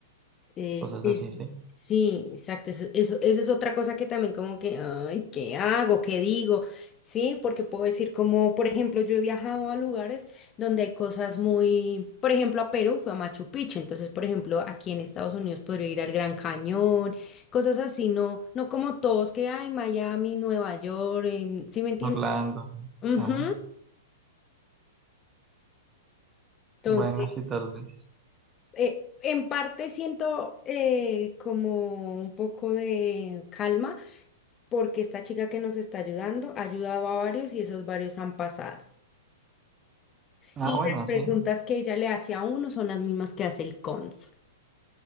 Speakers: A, on the left; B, on the right.
A: Es,
B: Cosas
A: es-
B: así, ¿sí?
A: sí, exacto. Eso, eso, eso es otra cosa que también como que, ay, ¿qué hago? ¿Qué digo? Sí, porque puedo decir como, por ejemplo, yo he viajado a lugares donde hay cosas muy, por ejemplo, a Perú fue a Machu Picchu, entonces, por ejemplo, aquí en Estados Unidos podría ir al Gran Cañón, cosas así, no, no como todos que hay, Miami, Nueva York, em, ¿sí me entiendes?
B: Orlando.
A: Ujú.
B: Ajá.
A: Entonces,
B: Bueno, sí, tal vez.
A: eh, en parte siento eh, como un poco de calma porque esta chica que nos está ayudando ha ayudado a varios y esos varios han pasado.
B: Ah,
A: Y
B: bueno,
A: las preguntas
B: sí.
A: que ella le hace a uno son las mismas que hace el cónsul.